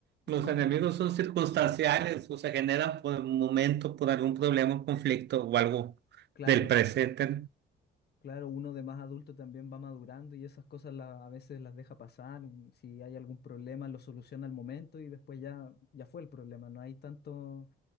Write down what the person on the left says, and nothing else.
No,
no,
claro,
claro, uno de más adulto también va madurando y esas cosas la- a veces las deja pasar. mm, Si hay algún problema, lo soluciona al momento y después ya, ya fue el problema. No hay tanto,